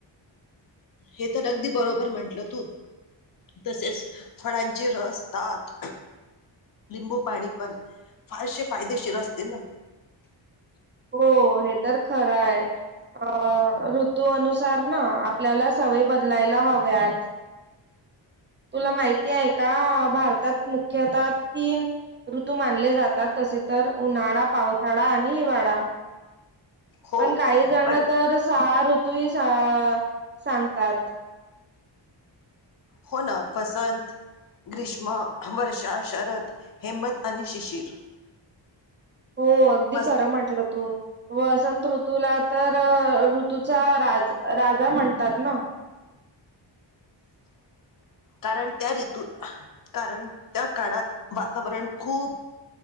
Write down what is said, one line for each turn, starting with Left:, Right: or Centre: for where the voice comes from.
Left: हे तर अगदी बरोबर म्हंटलं तू. तसेच फळांचे रसतात लिंबू पाणी पण फारशे फायदेशीर असते ना.
Right: हो हे तर खरं हाय. अ ऋतू अनुसार ना आपल्याला सवयी बदलायला हव्यात. ब्लॅक <inaudible> तुला माहिती आहे का? भारतात मुख्यतः तीन ऋतू मानले जातात तसेच तर उन्हाळा, पावसाळा आणि हिवाळा.
Left: हो
Right: पण काही जण
Left: पण
Right: तर सहा ऋतू ही सांगतात.
Left: हो ना वसंत ग्रीष्म, वर्षा, शरद, हेमंत आणि शिशिर.
Right: हो अगदी
Left: बस
Right: खरं म्हटलं तू वसंत ऋतूला तर ऋतूचा राज राजा म्हणतात ना?
Left: <inaudible> कारण त्या ऋतू, कारण त्या काळात वातावरण खूप